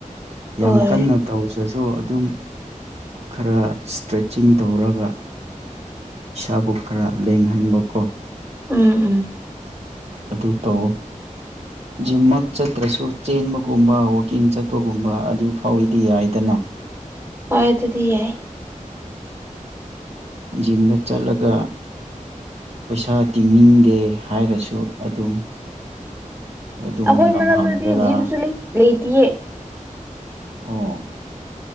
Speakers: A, on the right; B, on the right.
A: ꯌꯥꯝ
B: ꯍꯣꯏ
A: ꯀꯟꯅ ꯇ ꯍꯧꯁ ꯗꯁꯨ ꯑꯗꯨꯝ ꯈꯔ ꯏꯁꯇ꯭ꯔꯦꯠꯆꯤꯡ ꯇꯧꯔꯒ ꯏꯁꯥꯕꯨ ꯈꯔ ꯂꯦꯡꯍꯟꯕ ꯀꯣ
B: ꯎꯝ ꯎꯝ
A: ꯑꯗꯨ ꯇꯧꯑꯣ ꯖꯤꯝꯃꯛ ꯆꯠꯇ꯭ꯔꯁꯨ ꯆꯦꯟꯕꯒꯨꯝꯕ ꯋꯥꯋꯀꯤꯡ ꯆꯠꯄꯒꯨꯝꯕ ꯑꯗꯨ ꯐꯥꯎꯏꯗꯤ ꯌꯥꯏꯗꯅ ꯑ
B: ꯍꯣꯏ ꯇꯗꯤ ꯌꯥ
A: ꯖꯤꯝꯗ ꯆꯠꯂꯒ ꯄꯩꯁꯥ ꯇꯤꯡꯅꯤꯡꯗꯦ ꯍꯥꯏꯔꯁꯨ ꯑꯗꯨꯝ ꯑꯗꯨꯝ
B: ꯑꯩꯈꯣꯏ
A: ꯂꯝꯍꯥꯡꯗꯔꯥ
B: ꯃꯊꯛꯇꯗꯤ ꯖꯤꯝꯁꯨ ꯂꯩꯇꯌꯦ
A: ꯑꯣ